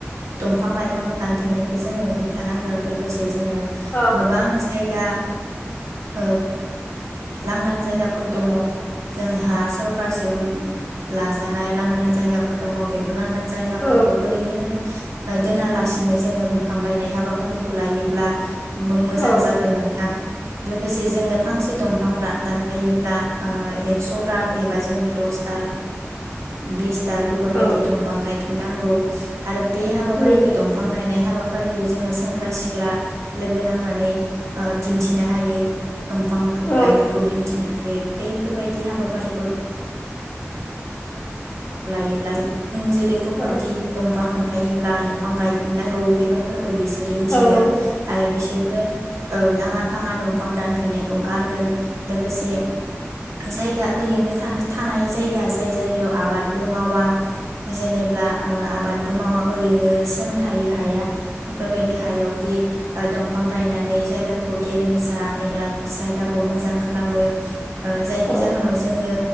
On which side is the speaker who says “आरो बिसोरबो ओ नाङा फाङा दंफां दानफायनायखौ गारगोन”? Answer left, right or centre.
Right